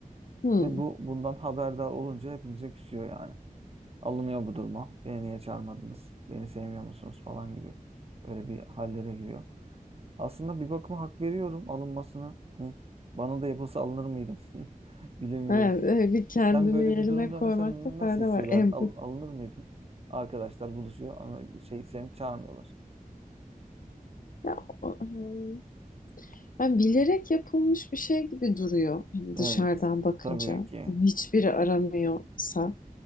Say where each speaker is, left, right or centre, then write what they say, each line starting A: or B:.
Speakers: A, on the left; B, on the right.
A: Hmm.
B: Ve bu bundan haberdar olunca hepimize küsüyor yani. Alınıyor bu duruma. Beni niye çağırmadınız? Beni sevmiyor musunuz falan gibi. Böyle bir hallere giriyor. Aslında bir bakıma hak veriyorum alınmasına. Hani bana da yapılsa alınır mıydım? <laughs> Bilemiyorum.
A: Evet, e, bir kendini
B: Sen böyle
A: yerine
B: bir durumda
A: koymakta
B: mesela nasıl
A: fayda
B: hissederdin?
A: var. Empati.
B: Al- alınır mıydın? Arkadaşlar buluşuyor ama şey seni çağırmıyorlar.
A: Ya, o- hmm. Yani bilerek yapılmış bir şey gibi duruyor hani dışarıdan
B: Evet.
A: bakınca.
B: Tabii ki.
A: Hiçbiri aramıyorsa.